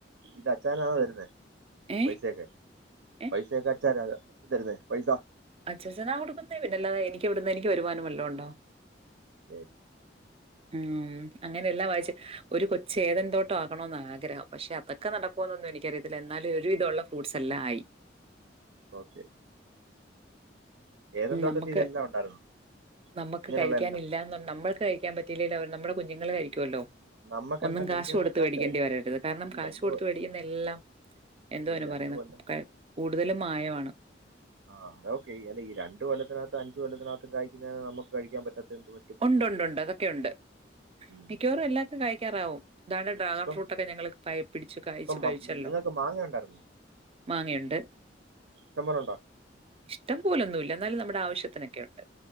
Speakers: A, on the right; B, on the right.
A: ഇത് അച്ചാന ആം വരുന്നേ
B: ഏ?
A: പൈസയൊക്കെ?
B: ഏ?
A: പൈസയൊക്കെ അച്ചനാ തരുന്നേ പൈസ.
B: അച്ചച്ചനാ കൊടുക്കുന്നേ പിന്നെല്ല എനി എവിടന്ന് എനിക്കുവരുമനും വല്ലോംണ്ടോ
A: ശരി
B: ഉം അങ്ങനെ എല്ലാം വായിച്ച് ഒരു കൊച്ച് ഏതെന്തോട്ടം ആകണോന്ന ആഗ്രഹം പക്ഷെ അതൊ ക്കെ നടക്കോന്നൊന്നും എിനിക്കറിയത്തില്ല എന്നാലും ഒരുവിധള്ള ഫ്രൂ്സ്ല്ലാം ആയി.
A: ഓക്കെ ഏതൻ
B: ഉം
A: തോട്ടത്തിൽ
B: നമക്ക്
A: ഇതെല്ലാം ഉണ്ടായിരുന്നു
B: നമക്ക്
A: ഇങ്ങനെയുള്ള
B: കഴിക്കൻഇല്ലന്ന
A: എല്ലാം
B: ർഞ്ഞാ നമ്മൾക്ക് കഴിക്കാൻ പ റ്റിലീല്ലവർ നമ്മുടെ കുഞ്ഞുങ്ങള് കഴിക്കുവല്ലോ
A: നമുക്ക്
B: ഒന്നും
A: എന്താ
B: കാശ്
A: കഴിക്കാൻ
B: കൊടുത്
A: പറ്റാത്ത
B: വേടിക്കേണ്ടി വരരുത് കാരണം
A: ഈ
B: കാശ്
A: രണ്ട്
B: കൊടുത്ത്
A: കൊ-
B: വേടിക്കുന്ന എല്ലാം എന്തു
A: ഈ
B: വന്
A: രണ്ട്
B: പറയുന്ന
A: കൊല്ലം
B: കൂടുതലും മായമാണ്
A: ആഹ് അതഓക്കെ എല്ല ഈ രണ്ട് കൊല്ലത്തിനകത്തും അൻജ് കൊല്ലത്തിനകും കായ്ക്കുന്ന നമുക്ക് കഴിക്കാൻ പറ്റാത്ത എന്തോ
B: ഉണ്ട് ഉണ്ട് ഉണ്ട് അതൊക്കെ ഉണ്ട്
A: ഉം
B: മിക്കവാറും എല്ലാ ത് കഴിക്കാറാവും താണ് ഡ്രാഗൺ
A: ഇപ്പം
B: ഫ്രൂട്ടൊക്കെ ഞങ്ങള് പയ പിടിച്ചു കഴിച്ചു
A: ഇപ്പം മ-
B: കഴിച്ചല്ലോ
A: നിങ്ങൾക്ക് മാങ്ങ ഉണ്ടായിരുന്നോ
B: മാങ്ങയുണ്ട്.
A: ഇഷമ്പോലുണ്ടോ?
B: ഇഷ്ടം പോലൊന്നുല്ല. എന്നാലും നമ്മുടെ ആവശ്യത്തിനൊക്കെ ഉണ്ട്.